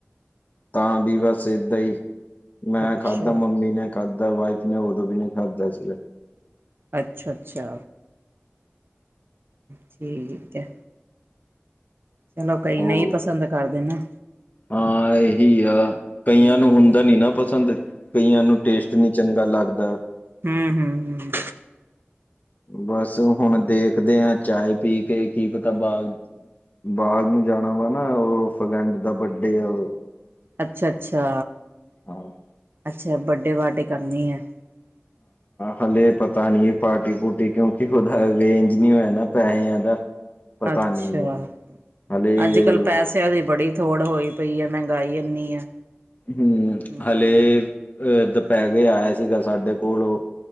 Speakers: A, on the left (about 40°); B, on the right (about 60°).
A: ਤਾਂ ਵੀ ਬਸ ਏਦਾਂ ਹੀ। ਮੈਂ
B: ਅੱਛਾ।
A: ਖਾਦਾ ਮੰਮੀ ਨੇ ਖਾਦਾ ਵਾਈਫ ਨੇ ਉਦੋਂ ਵੀ ਨਹੀਂ ਖਾਦਾ ਸੀਗਾ।
B: ਅੱਛਾ ਅੱਛਾ ਠੀਕ ਐ। ਚਲੋ ਕਈ
A: ਹੋਰ
B: ਨਈ ਪਸੰਦ ਕਰਦੇ ਨੇ।
A: ਹਾਂ ਇਹੀ ਆ ਕਈਆਂ
B: ਹੂੰ
A: ਨੂੰ ਹੁੰਦਾ ਨੀ ਨਾ ਪਸੰਦ। ਕਈਆਂ ਨੂੰ ਟੇਸਟ ਨੀ ਚੰਗਾ ਲੱਗਦਾ।
B: ਹੂੰ ਹੂੰ ਹੂੰ।
A: ਬਸ ਹੁਣ ਦੇਖਦੇ ਆ ਚਾਏ ਪੀ ਕੇ ਕੀ ਪਤਾ ਬਾ ਹਰ ਨੂੰ ਜਾਣਾ ਵਾ ਨਾ ਉਹ ਫਰੈਡ ਦਾ ਬਾਡੇ ਆ।
B: ਅੱਛਾ-ਅੱਛਾ।
A: ਹਾਂ।
B: ਅੱਛਾ ਬੰਡੇ ਪਾਰਟੀ ਕਰਨੀ ਐ। <inaudible>
A: ਹਾਲੇ ਪਤਾ ਨੀ ਪਾਰਟੀ ਪੁਟੀ ਕਿਉਂਕਿ ਉਹਦਾ ਅਰੇਂਜ ਨੀ ਹੋਇਆ ਨਾ ਪੈਹਿਆਂ ਦਾ। ਪਤਾ
B: ਅੱਛਾ,
A: ਨੀ ਹੁੰਦਾ ਹਲੇ
B: ਅੱਜ-ਕੱਲ ਪੈਸਿਆਂ ਦੀ ਬੜੀ ਥੋੜ ਹੋਈ ਪਈ ਐ ਮਹਿੰਗਾਈ ਐਨੀ ਐ।
A: ਹੂੰ,
B: ਹੂੰ
A: ਹਲੇ ਅ ਦੁਪਹਿਰੇ ਆਇਆ ਸੀਗਾ ਸਾਡੇ ਕੋਲ ਉਹ,